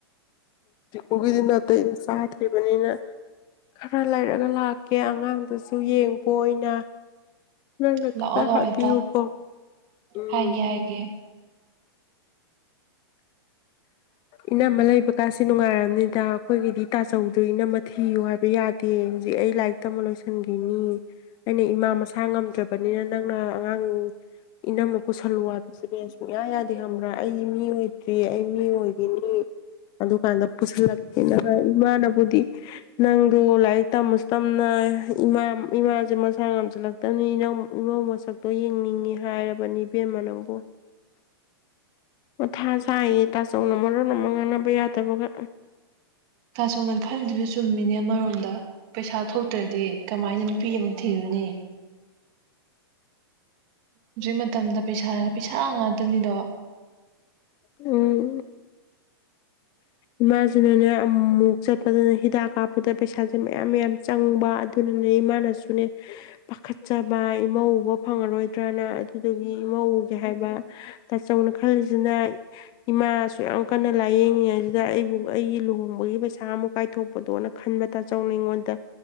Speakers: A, on the left (about 35°); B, on the right (about 40°).
A: <unintelligible> ꯇꯕꯅꯤꯅ ꯈꯔ ꯂꯩꯔꯒ ꯂꯥꯛ ꯀꯦ ꯑꯉꯥꯡꯗꯨꯁꯨ ꯌꯦꯡ ꯄ ꯑꯣꯏꯅ ꯅꯪꯅ
B: ꯂꯥꯛꯑꯣ
A: ꯈꯔ
B: ꯂꯥꯛꯑꯣ
A: ꯍꯥꯏꯕꯤꯌꯨꯀꯣ
B: ꯏꯇꯥ
A: ꯎꯝ
B: ꯍꯥꯏꯒꯦ ꯍꯥꯏꯒꯦ
A: ꯏꯅꯝꯃ ꯂꯩꯕ ꯀꯥꯁꯤ ꯅꯨꯡꯉꯥꯏꯔꯝꯅꯤꯗ ꯑꯩꯈꯣꯏꯒꯤꯗꯤ ꯇꯥꯆꯧꯗꯣ ꯏꯅꯝꯃ ꯊꯤꯌꯨ ꯍꯥꯏꯕ ꯌꯥꯗꯦ ꯍꯧꯖꯤꯛ ꯑꯩ ꯂꯥꯏꯔꯤꯛ ꯇꯝꯕ ꯂꯣꯏꯁꯤꯟꯈꯤꯅꯤ ꯑꯩꯅ ꯏꯃꯥ ꯃꯁꯥ ꯉꯝꯗ꯭ꯔꯕꯅꯤꯅ ꯅꯪꯅ ꯥ <inaudible> ꯏꯅꯝꯃ ꯄꯨꯁꯜꯂꯨ ꯍꯥꯏꯕꯁꯨꯅꯦ ꯁꯨꯡꯌꯥ ꯌꯥꯗꯦ ꯈꯪꯕ꯭ꯔꯥ ꯑꯩ ꯇ꯭ꯔꯤ ꯑꯩ ꯃꯤ ꯑꯣꯏꯈꯤꯅꯤ ꯎꯝ ꯑꯗꯨꯀꯥꯟꯗ ꯄꯨꯁꯤꯜꯂꯛꯀꯦꯅ ꯍꯥꯏ ꯏꯃꯥꯅꯕꯨꯗꯤ ꯅꯪꯗꯣ ꯂꯥꯏꯔꯤꯛ ꯇꯝꯃꯁꯨ ꯇꯝꯅ ꯏꯃꯥ ꯏꯃꯥꯁꯦ ꯃꯁꯥ ꯉꯝꯁꯤꯜꯂꯛꯇꯕꯅꯤ ꯏꯃꯧ ꯃꯁꯛꯇꯣ ꯌꯦꯡꯅꯤꯡꯉꯤ ꯍꯥꯏꯔꯕꯅꯤ ꯄꯦꯃ ꯅꯥꯡꯕꯨ ꯃꯊꯥ ꯁꯥꯌꯦ ꯠꯆꯧꯟ ꯃꯥꯔꯣꯟ ꯃ ꯉꯥꯟꯅꯕ ꯌꯥꯗꯕꯒ
B: ꯇꯥꯆꯧꯟ ꯈꯜꯂꯤꯗꯨꯁꯨ ꯆꯨꯝꯃꯤꯅꯦ ꯑꯃꯔꯣꯝꯗ ꯄꯩꯁꯥ ꯊꯣꯛꯇ꯭ꯔꯗꯤ ꯀꯃꯥꯏꯅ ꯅꯨꯄꯤ ꯑꯃ ꯊꯤꯔꯨꯅꯤ ꯍꯧꯖꯤꯛ ꯃꯇꯝꯗ ꯄꯩꯁꯥ ꯄꯩꯁꯥ ꯉꯥꯛꯇꯅꯤꯗꯣ
A: ꯎꯝ ꯏꯃꯥꯁꯨꯅꯤꯅꯦ ꯑꯃꯨꯛ ꯆꯠꯄꯗꯅ ꯍꯤꯗꯥꯛ ꯀꯥꯞꯄꯗ ꯄꯩꯁꯥꯁꯦ ꯃꯌꯥꯝ ꯃꯌꯥꯝ ꯆꯪꯕ ꯑꯗꯨꯅ ꯏꯃꯥ ꯑꯁꯨꯅꯦ ꯄꯥꯈꯠꯆꯕ ꯏꯃꯧ ꯎꯕ ꯐꯪꯉꯔꯣꯏꯗ꯭ꯔꯅ ꯑꯗꯨꯗꯒꯤ ꯏꯃꯧꯒꯦ ꯍꯥꯏꯕ ꯇꯥꯆꯧꯅ ꯈꯜꯂꯤꯁꯤꯅ ꯏꯃꯥꯁꯨ ꯌꯥꯝ ꯀꯟꯅ ꯂꯥꯏꯌꯦꯡꯉꯤ ꯍꯥꯏ ꯑꯩꯕꯨ ꯑꯩ ꯂꯨꯍꯣꯡꯕꯒꯤ ꯄꯩꯁꯥ ꯑꯃꯨꯛ ꯀꯥꯏꯊꯣꯛ ꯄꯗꯣꯅ ꯈꯟꯕ ꯇꯥꯆꯧꯅ ꯑꯩꯉꯣꯟꯗ